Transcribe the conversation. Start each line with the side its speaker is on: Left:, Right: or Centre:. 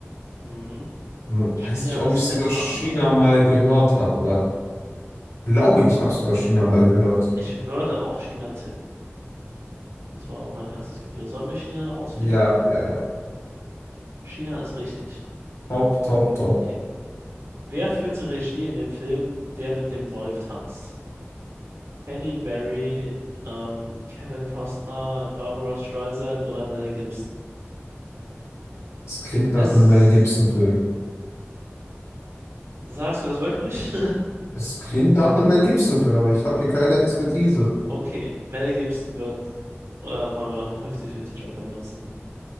Right: Hm.
Left: Hm,
Right: China
Left: Weiß nicht, ob
Right: ist
Left: ich es
Right: zentraler.
Left: über China mal gehört habe, aber glaube ich, habe es über China mal gehört.
Right: Ich würde auch China tippen. Das war auch mein erstes Gefühl. Sollen wir China auswählen?
Left: Ja, ja, ja.
Right: China ist richtig.
Left: Top, top, top.
Right: Okay. Wer führte Regie in dem Film Der mit dem Wolf tanzt? Halle Berry, ähm, Kevin Costner, Barbara Streisand oder Mel Gibson.
Left: Es klingt
Right: Ist,
Left: nach einem Mel Gibson-Film.
Right: sagst du das wirklich? <laughs>
Left: Es klingt nach einem Mel Gibson-Film, aber ich habe hier keine Expertise.
Right: Okay, Mel Gibson wird, oder wollen wir noch den 50-50 Joker benutzen?